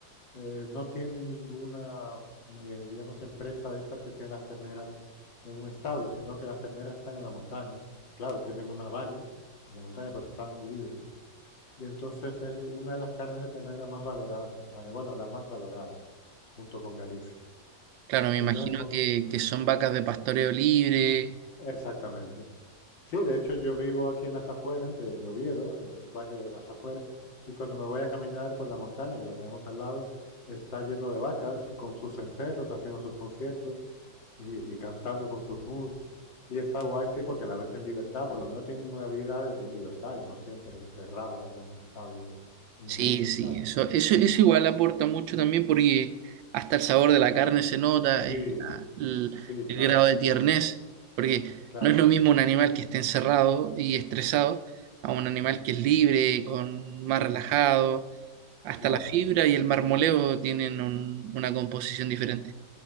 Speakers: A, on the left; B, on the right.
A: eh, no tiene ninguna, eh, digamos, empresa de estas que tienen las terneras en un establo, sino que las terneras están en la montaña. Claro, tienen una valla en la montaña, pero están libres. Y entonces es una de las carnes de ternera más valoradas de España. Bueno, la más valorada, junto con Galicia.
B: Claro, me
A: Y
B: imagino
A: entonces, co-
B: que, que son vacas de pastoreo libre
A: exactamente. Sí, de hecho yo vivo aquí en las afueras de, de Oviedo, en un barrio de las afueras, y cuando me voy a caminar por la montaña, que la tenemos al lado, está lleno de vacas con sus encerros, haciendo sus conciertos y, y cantando con sus mus. Y está guay, sí, porque la ves en libertad, por lo menos tienen una vida en libertad y no siempre encerradas en un establo inmundo,
B: Sí, sí,
A: claro.
B: eso, eso, eso igual aporta mucho también porque hasta el sabor de la carne se nota,
A: Sí,
B: eh, la- el,
A: sí, claro,
B: el grado de tiernez, porque
A: claro,
B: no es lo mismo un animal que esté encerrado y estresado a un animal que es libre, con más relajado, hasta
A: claro.
B: la fibra y el marmoleo tienen un- una composición diferente,